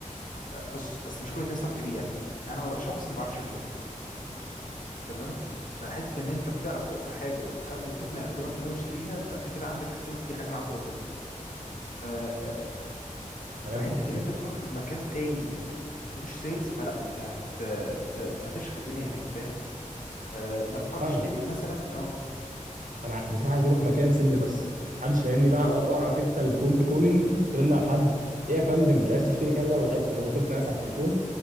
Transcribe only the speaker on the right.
تمام
شكرا
فاهمك
انا ع- بصراحه عايز اروح مكان سيلز بس محدش فاهمني بقى على الار ار عارف انت الكولد كولينج انك تكلمنا على حد ايه يا فندم مش عايز تشتري كذا ومش عايز تبقى وتقنع ناس على التليفون